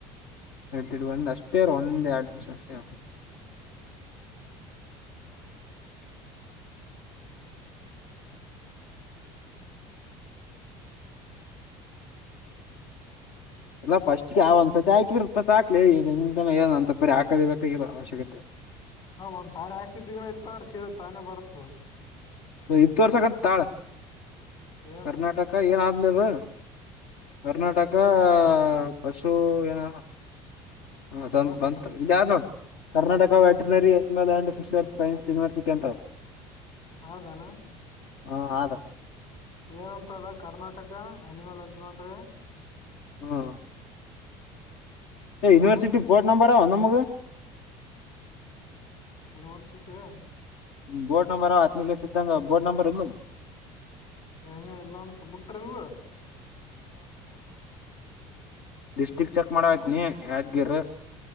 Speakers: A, on the left (about 70°); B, on the left (about 50°).
A: ಎಡ್ ಒಂದ್ ಅಷ್ಟೇಾರ ಒಂದ್ ಎರಡು ಮಷ ಅಷ್ಟೇ ಇಲ್ಲ ಫಸ್ಟ್ಗೆ ಯಾವ ಒಂದ್ಸರ್ತಿ ಹಾಕಿದ್ರೆಪಸಸ್ ಹಕ್ಲಿ ಏ ಅಂತ ಬರಿ ಹಾಕದೇ ಬ ಅವಶ್ಯಕತೆ
B: ಹಾ ಒಂದ್ಸಾರಿ ಹಾಕಿದ್ದಗನ ಇತ್ತ ಅವ ಸೀರತ್ತ ತಾನೇ ಬರತ್
A: ಇತ್ುವರ್ಷಕಂತ ತಾಳೆ
B: ಏನ್
A: ಕರ್ನಾಟಕ ಏನಾದ ದ ಕರ್ನಾಟಕ ಪಶು ಏನ ಹ ಸತ್
B: ಹೌದಾನ
A: ಬಂತ ಇದ ಯಾರ್ ನೋಡಿ ಕರ್ನಾಟಕ ವೆಟ್ರನರಿಲ್ಂಡ್
B: ಬಟ್
A: ಸೋಶಲ್ ಸೈಂಸ್ ಯನಿವರ್ಸಿಟಿ ಅಂತಾ
B: ಹೌದಾನ
A: ಹಾ ಆದ
B: ಏನಂತ ಅದ ಕರ್ನಾಟಕ ಅನಿಮಲ್ ಹಸ್ಬೆಂಡ್ರಿ
A: ಹ್ಮ ಎ ಯುನಿವರ್ಸಿಟಿ
B: ಹ
A: ಬೋರ್ಡ್ ನಂಬರ ಒಂದ ಮಗ
B: ಯುನಿವರ್ಸಿಟಿಯ
A: ಬೋರ್ಡ್ ನಂಬರ್ ಹತ್ತುನ ಸ್ಧಂಗ ಬೋರ್ಡ್ ನಂಬರ್ ಇಲ್ಲು
B: ಹಂಗ ಎಲ್ಲ ಬಿಟ್ಟರ್ಲ್ಲ
A: ಲಡಿಸ್ಟಿಕ್ ಚೆಕ್ ಮಾಡತ್ನಿ ಯದಗಿರ